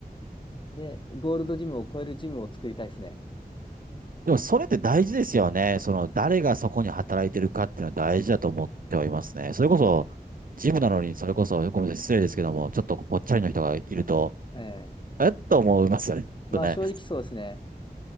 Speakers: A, on the left (about 30°); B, on the right (about 60°).
A: で、ゴールドジムを超えるジムを作りたいですね。
B: でも、それって大事ですよね。その、誰がそこに働いてるかっていうのは大事だと思ってはいますね。それこそ、ジムなのに、
A: はい。
B: それこそ、ごめんなさい、失礼ですけども、ちょっとぽっちゃりの人がいると、
A: ええ
B: えっと思いますよね。ちょっとね、
A: まあ正直そうですね。